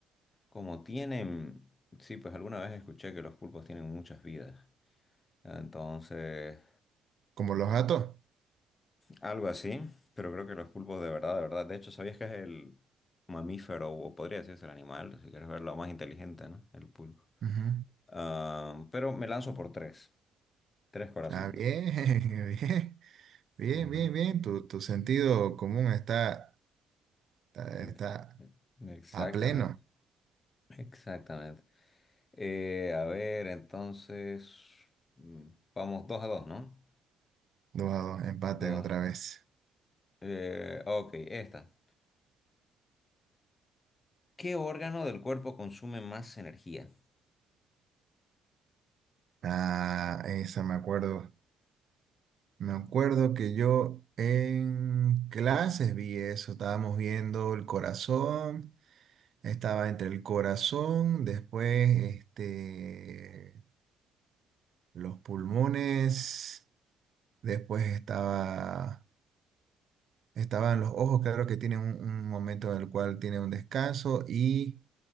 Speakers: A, on the left (about 30°); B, on the right (about 50°).
A: Como tienen, sí, pues alguna vez escuché que los pulpos tienen muchas vidas. Entonces,
B: Como los gatos.
A: algo así, pero creo que los pulpos de verdad, de verdad, de hecho, ¿sabías que es el mamífero o podría decirse el animal, si quieres verlo más inteligente, ¿no? El pulpo.
B: Ujú.
A: Ah, pero me lanzo por tres, tres corazones.
B: Ah, bien, <laughs> bien, bien,
A: Ujú.
B: bien, bien. Tu, tu sentido común está, está,
A: Exa-
B: está
A: Exactamente,
B: a pleno.
A: exactamente. Eh, a ver, entonces, mm, vamos dos a dos, ¿no?
B: Dos a dos, empate
A: Dos.
B: otra vez.
A: eh, ok, esta. ¿Qué órgano del cuerpo consume más energía?
B: Ah, esa me acuerdo. Me acuerdo que yo en clases vi eso. Estábamos viendo el corazón. Estaba entre el corazón, después este, los pulmones, después estaba Estaban los ojos, claro que tienen un, un momento en el cual tiene un descanso y